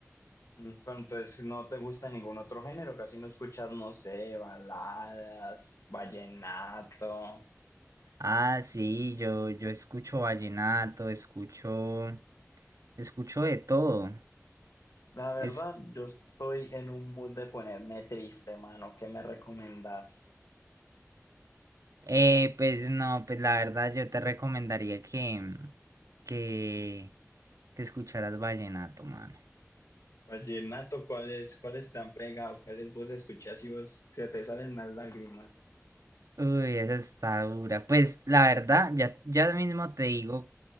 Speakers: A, on the left; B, on the right.
A: mm, pero entonces no te gusta ningún otro género, casi no escuchas, no sé, baladas, vallenato.
B: Ah, sí, yo, yo escucho vallenato, escucho, escucho de todo.
A: La verdad,
B: Es,
A: yo estoy en un mood de ponerme triste, mano. ¿Qué me recomendás?
B: eh, pues no, pues la verdad yo te recomendaría que, que que escucharas vallenato, mano.
A: Vallenato, ¿cuáles, cuáles te han pegado? ¿Cuáles vos escuchás y vos se te salen las lágrimas?
B: Uy, esa está dura. Pues la verdad, ya, ya mismo te digo